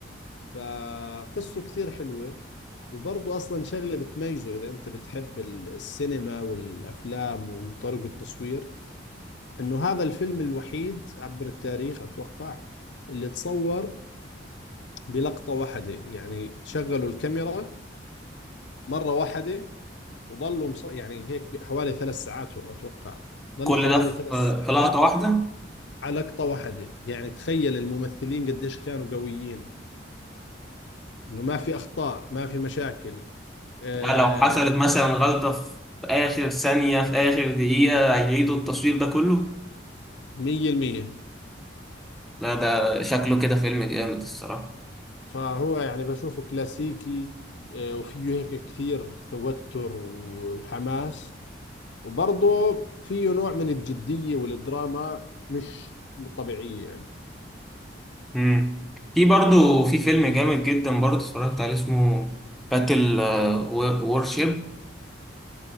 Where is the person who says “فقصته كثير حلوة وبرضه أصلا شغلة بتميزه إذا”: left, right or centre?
Left